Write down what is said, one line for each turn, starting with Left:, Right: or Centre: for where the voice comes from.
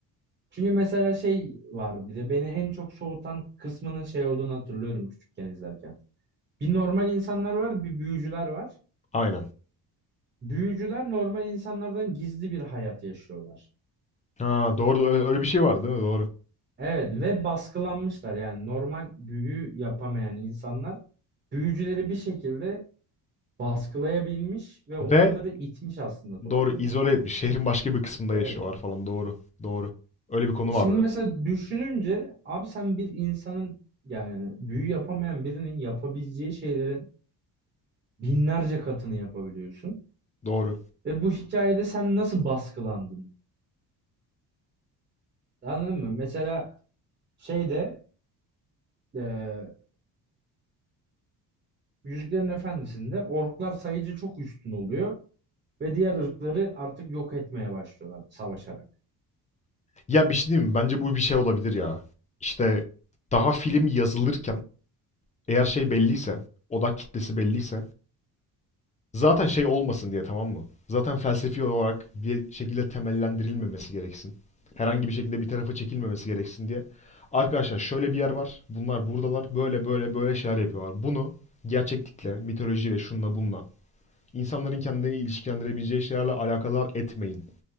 Right: Çünkü mesela şey var bir de beni en çok soğutan kısmının şey olduğunu hatırlıyorum küçükken izlerken. Bir normal insanlar var, bir büyücüler var.
Left: aynen.
Right: Büyücüler normal insanlardan gizli bir hayat yaşıyorlar.
Left: Ha, doğru. Öyle öyle bir şey vardı değil mi? Doğru.
Right: Evet ve baskılanmışlar yani normal büyü yapamayan insanlar büyücüleri bir şekilde baskılayabilmiş ve onları
Left: Ve
Right: itmiş aslında toplumlar.
Left: Doğru izole etmiş. Şehrin başka bir kısmında
Right: Evet.
Left: yaşıyorlar falan. Doğru. Doğru. Öyle bir konu
Right: Şimdi
Left: vardı.
Right: mesela düşününce abi sen bir insanın yani büyü yapamayan birinin yapabileceği şeylerin binlerce katını yapabiliyorsun.
Left: Doğru.
Right: Ve bu hikayede sen nasıl baskılandın? Anladın mı? Mesela şeyde e, Yüzüklerin Efendisi'nde orklar sayıca çok üstün oluyor ve diğer ırkları artık yok etmeye başlıyorlar savaşarak.
Left: Ya bir şey diyeyim mi? Bence bu bir şey olabilir ya. İşte daha film yazılırken eğer şey belliyse, odak kitlesi belliyse zaten şey olmasın diye tamam mı? Zaten felsefi olarak bir şekilde temellendirilmemesi gereksin. Herhangi bir şekilde bir tarafa çekilmemesi gereksin diye. Arkadaşlar şöyle bir yer var. Bunlar buradalar. Böyle böyle böyle şeyler yapıyorlar. Bunu gerçeklikle, mitolojiyle, şunla bununla insanların kendini ilişkilendirebileceği şeylerle alakadar etmeyin.